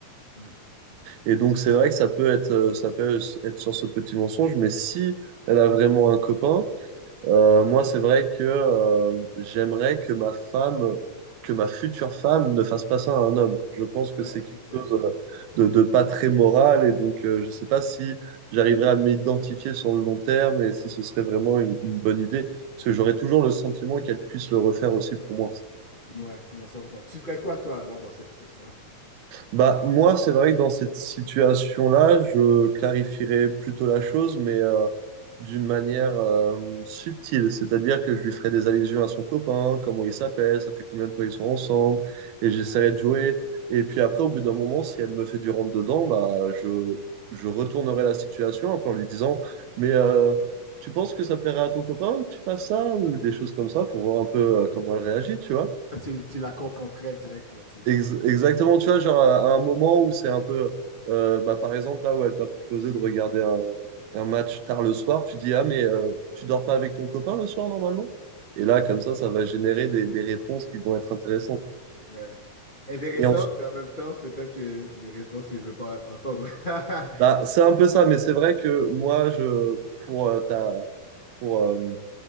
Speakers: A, on the left; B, on the right.
A: Hmm.
B: Et donc, c'est vrai que ça peut être, euh, ça peut être sur ce petit mensonge, mais si elle a vraiment un copain, euh, moi, c'est vrai que euh, j'aimerais que ma femme, que ma future femme ne fasse pas ça à un homme. Je pense que
A: Ouais,
B: c'est quelque
A: exact.
B: chose euh, de, de pas très moral, et donc, euh, je sais pas si j'arriverais à m'identifier sur le long terme et si ce serait
A: Ouais,
B: vraiment une, une bonne idée, parce que j'aurais toujours le sentiment qu'elle puisse le refaire aussi pour moi.
A: ouais, non, 100%. Tu ferais quoi, toi, alors, dans cette situation-là?
B: Bah, moi, c'est vrai que dans cette situation-là, je clarifierais plutôt la chose, mais euh, d'une manière euh, subtile. C'est-à-dire que je lui ferais des allusions à son copain, comment il s'appelle, ça fait combien de temps ils sont ensemble, et j'essaierai
A: Ah,
B: de jouer. Et puis après, au bout d'un moment, si elle me fait du rentre-dedans, bah, je, je retournerai la situation en lui disant, mais euh, tu penses que ça plairait à ton copain que tu fasses ça, ou
A: ouais,
B: des choses comme ça, pour voir un peu
A: ok.
B: euh,
A: Ok.
B: comment elle réagit, tu vois.
A: Toi, tu, tu la confronterais direct là-dessus.
B: Ex- exactement, tu vois, genre à, à un moment où c'est un peu, euh, bah, par exemple, là où elle t'a proposé de regarder un, un match tard le soir, tu dis, ah, mais euh, tu dors pas avec ton copain le soir normalement? Et là,
A: Hmm.
B: comme ça, ça va générer des, des réponses qui vont être intéressantes.
A: Ouais. Intéressante,
B: Et ensuite,
A: mais en même temps, peut-être que des réponses que je veux pas entendre. <laughs>
B: bah, c'est un peu ça, mais c'est vrai que moi, je, pour, euh, ta, pour, euh,